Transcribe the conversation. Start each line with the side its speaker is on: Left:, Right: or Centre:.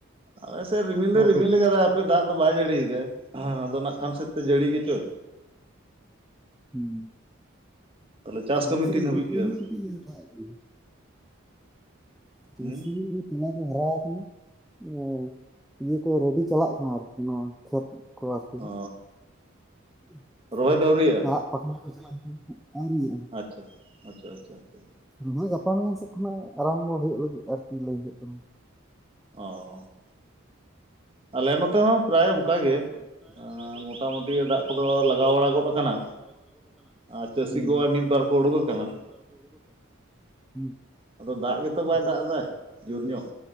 Right: ᱟᱞᱮᱥᱮᱫ ᱨᱤᱢᱤᱞ
Centre: ᱱᱚᱣᱟ
Right: ᱫᱚᱭ ᱨᱤᱢᱤᱞ
Centre: ᱯᱮ
Right: ᱠᱟᱫ ᱦᱟᱯᱮ ᱫᱟᱜ ᱫᱚ ᱵᱟᱭ ᱡᱟᱹᱲᱤᱭᱫᱟᱭ ᱟᱫᱚ ᱱᱟᱜ ᱠᱷᱟᱱ ᱥᱮᱫ ᱛᱮ ᱡᱟᱹᱲᱤ ᱜᱮᱪᱚᱭ᱾
Centre: ᱦᱩᱸ᱾
Right: ᱛᱟᱦᱚᱞᱮ
Centre: ᱟᱯᱮ
Right: ᱪᱟᱥ ᱠᱟᱹᱢᱤ
Centre: ᱥᱮᱫ
Right: ᱛᱤᱱ ᱦᱟᱹᱵᱤᱡ
Centre: <unintelligible>
Right: ᱠᱮᱫᱟ ᱵᱤᱱ
Centre: ᱫᱟᱜ ᱮᱜ ᱜᱮᱭᱟᱭ᱾ ᱪᱟᱥ
Right: ᱦᱩᱸ
Centre: ᱠᱟᱹᱢᱤ <inaudible> ᱛᱚᱞᱟ ᱠᱚ ᱦᱟᱨᱟ ᱠᱟᱱᱟ ᱚ ᱤᱭᱟᱹ ᱠᱚ ᱨᱮᱰᱤ ᱪᱟᱞᱟᱜ ᱠᱟᱱᱟ ᱟᱨᱠᱤ ᱱᱚᱣᱟ ᱠᱷᱮᱛ ᱠᱚ ᱟᱨᱠᱤ᱾
Right: ᱚ
Centre: <inaudible>
Right: ᱨᱚᱦᱚᱭ ᱫᱚ ᱟᱹᱣᱨᱤᱭᱟᱜᱼᱟ?
Centre: <unintelligible> ᱟᱹᱣᱨᱤᱭᱟᱜᱼᱟ᱾
Right: ᱟᱪᱪᱷᱟ ᱟᱪᱪᱷᱟ ᱟᱪᱪᱷᱟ ᱟᱪᱪᱷᱟ᱾
Centre: ᱨᱚᱦᱚᱭ ᱜᱟᱯᱟ ᱢᱮᱭᱟᱝ ᱥᱮᱫ ᱠᱷᱚᱱᱟᱜ ᱟᱨᱟᱢᱵᱚ ᱦᱩᱭᱩᱜ ᱞᱟᱹᱜᱤᱫ ᱟᱨᱠᱤ ᱞᱟᱹᱭ ᱦᱩᱭᱩᱜ ᱠᱟᱱᱟ᱾
Right: ᱚᱸ ᱟᱞᱮ ᱱᱚᱛᱮ ᱦᱚᱸ ᱯᱨᱟᱭ ᱚᱱᱠᱟ
Centre: ᱟᱞᱮ
Right: ᱜᱮ
Centre: ᱱᱚᱛᱮ ᱦᱚᱸ ᱯᱨᱟᱭ ᱚᱱᱠᱟ ᱜᱮ
Right: ᱢᱚᱴᱟᱢᱩᱴᱤ ᱫᱟᱜ ᱠᱚᱫᱚ
Centre: ᱢᱚᱴᱟᱢᱩᱴᱤ
Right: ᱞᱟᱜᱟᱣ ᱵᱟᱲᱟ
Centre: ᱫᱟᱜ
Right: ᱜᱚᱫ
Centre: ᱠᱚᱫᱚ
Right: ᱟᱠᱟᱱᱟ
Centre: ᱞᱟᱜᱟᱣ ᱵᱟᱲᱟ ᱜᱚᱫ ᱟᱠᱟᱱᱟ
Right: ᱟᱨ ᱪᱟᱹᱥᱤ
Centre: ᱦᱩᱸ
Right: ᱠᱚ ᱢᱤᱫ ᱵᱟᱨ
Centre: ᱟᱨ
Right: ᱠᱚ
Centre: ᱪᱟᱹᱥᱤ
Right: ᱩᱰᱩᱠ ᱟᱠᱟᱱᱟ
Centre: ᱠᱚᱣᱟᱜ ᱢᱤᱫ ᱵᱟᱨ ᱠᱚ ᱩᱰᱩᱠ ᱟᱠᱟᱱᱟ᱾ ᱦᱩᱸ
Right: ᱟᱫᱚ ᱫᱟᱜ ᱜᱮᱛᱚ ᱵᱟᱭ
Centre: ᱟᱫᱚ
Right: ᱮᱫᱟ
Centre: ᱫᱟᱜ ᱜᱮᱛᱚ ᱵᱟᱭ
Right: ᱡᱳᱨ
Centre: ᱫᱟᱜ
Right: ᱧᱚᱜ